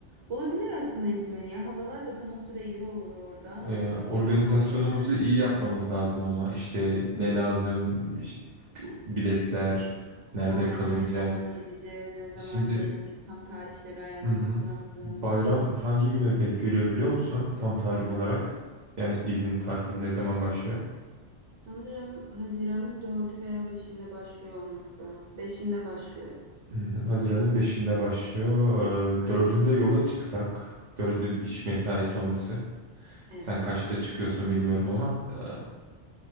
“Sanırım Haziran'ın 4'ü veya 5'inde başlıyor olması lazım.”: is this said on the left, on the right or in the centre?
Right